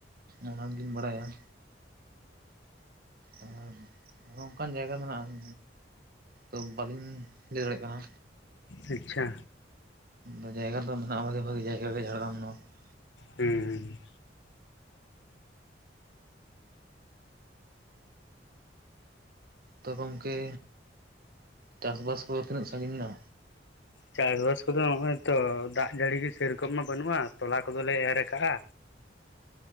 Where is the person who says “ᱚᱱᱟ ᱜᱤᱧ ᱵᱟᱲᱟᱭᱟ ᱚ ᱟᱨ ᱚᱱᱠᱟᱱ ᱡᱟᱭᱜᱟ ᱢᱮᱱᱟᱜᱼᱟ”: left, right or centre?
Right